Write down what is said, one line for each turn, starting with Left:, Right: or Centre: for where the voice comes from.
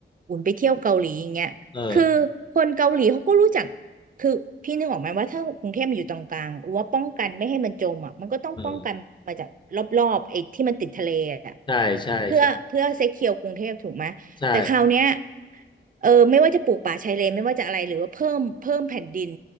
Right: อุ่นไปเที่ยวเกาหลีอย่างเงี้ยคือคนเกาหลีเขาก็รู้จัก
Left: เออ
Right: คือพี่นึกออกไหมว่าถ้ากรุงเทพมันอยู่ตรงกลางว่าป้องกันไม่ให้มันจมอ่ะมันก็ต้องป้องกันมาจากรอบๆไอ้ที่มันติดทะเลอ่ะ
Left: เออใช่ใช่ใช่
Right: เพื่อเพื่อเซเคียวกรุงเทพถูกไหมแต่คราวเนี้ย
Left: ใช่
Right: เออไม่ว่าจะปลูกป่าชายเลนไม่ว่าจะอะไรหรือว่าเพิ่มเพิ่มแผ่นดิน